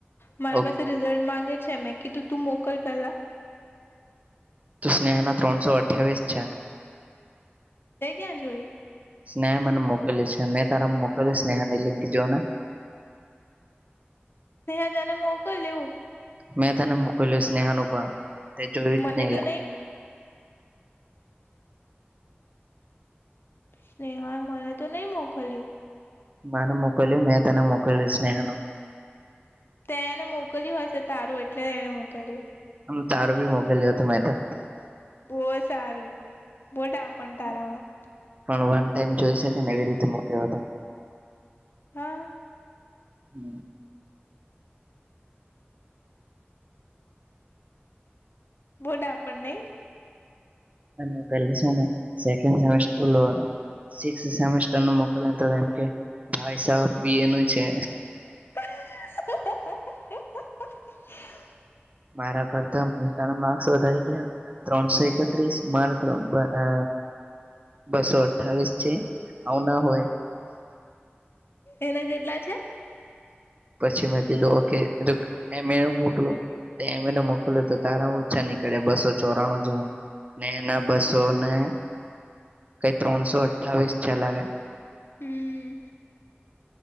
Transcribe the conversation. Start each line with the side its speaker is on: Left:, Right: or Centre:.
Left: મારા
Right: ઓકે
Left: પાસે રિઝલ્ટ માંગે છે. મે કું તું મોકલ પેલા
Right: ત સ્નેહા ના ત્રણસો અઠ્યાવીસ છે.
Left: ત ક્યાં જોયું
Right: સ્નેહ મને મોકલે છે. અનેં તારા મોકલી સ્નેહ ને લિંંગ જોઓ ને
Left: સહ જને મોકોલું
Right: મેં તને મોકલું સ્નેહાનુંું પણ તે જોયું
Left: મને
Right: જ નહી
Left: તો સ્નેહ મને તો નહી મો ખલી્યું
Right: માને મોકલિયુ મેં તને મોકલિયુ સ્નેહા નું
Left: તે એને મોકલ્યું હશે તારું એટલે તેને મોકલ્યુ
Right: આમ તારું બી મોકલ્યો હતું મેતો
Left: બહ સારું બહુ ડાપણ તારામાં
Right: પણ વન ટાઈમ જોઈ શકે ને એવી રીતે મૂક્યો હતો
Left: હા
Right: હમ
Left: બહુ ડાપણ નહી
Right: અને પહેલે છેને. સેકન્ડ સેમેસ્ટર સિક્સ સેમેસ્ટર નું મોકલેને ત એમ કે ભાઈ સાબ બી એ નું છે.
Left: હા હા હા
Right: મારા કરતા તારા માર્ક્સ વધારી ગયા. ત્રણસો એકત્રીસ મારે અ અ બસો અઠ્ઠાવીસ છે. આવું ના હોય.
Left: એના કેટલા છે.
Right: પછી મેં કીધું ઓકે એમે મોકલો એમને મોકલો તો તારા ઓછા નીકળ્યા બસો ચોરાણું જેવા ને એના બસો ને કઈ ત્રણસો અઠાવીસ છેલાાગ
Left: હમ